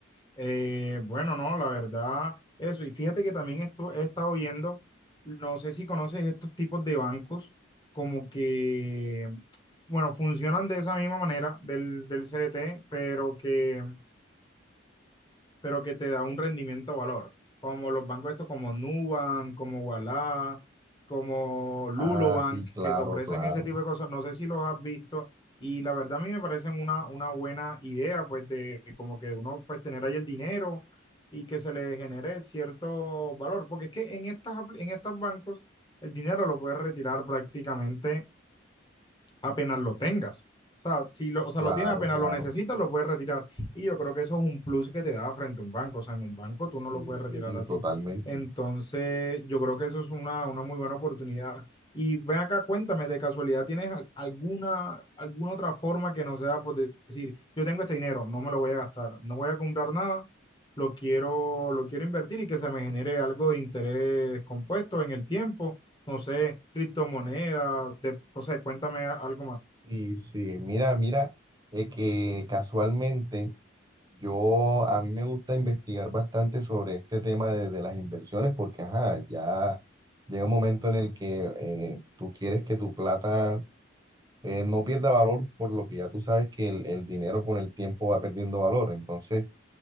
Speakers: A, on the left; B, on the right.
A: Eh, bueno, no, la verdad, eso. Y fíjate que también esto he estado viendo. no sé si conoces estos tipos de bancos, como que, bueno, funcionan de esa misma manera del, del CDT, pero que pero que te da un rendimiento valor, como los bancos estos como Nubank, como Ualá, como Lulubank,
B: Ah, sí, claro,
A: que te ofrecen
B: claro,
A: ese tipo de cosas. No sé si los has visto y la verdad a mí me parecen una, una buena idea, pues de como que uno pues tener ahí el dinero y que se le genere cierto valor, porque es que en estas, apl- en estos bancos el dinero lo puedes retirar prácticamente apenas lo tengas. O sea, si lo, o sea,
B: claro,
A: lo tienes apenas
B: claro.
A: lo necesitas, lo puedes retirar. Y yo creo que eso es un plus que te da frente a un banco. O sea, en un banco tú no
B: Sí,
A: lo puedes
B: sí,
A: retirar así.
B: totalmente.
A: Entonces, yo creo que eso es una, una muy buena oportunidad. Y ven acá, cuéntame, de casualidad, ¿tienes al- alguna, alguna otra forma que no sea por de- decir, yo tengo este dinero, no me lo voy a gastar, no voy a comprar nada, lo quiero, lo quiero invertir y que se me genere algo de interés compuesto en el tiempo no sé, criptomonedas, de, o sea, cuéntame a- algo más.
B: Y sí, mira, mira, eh, que casualmente Yo, a mí me gusta investigar bastante sobre este tema de, de las inversiones porque, ajá, ya llega un momento en el que eh, tú quieres que tu plata eh, no pierda valor, por lo que ya tú sabes que el, el dinero con el tiempo va perdiendo valor. Entonces,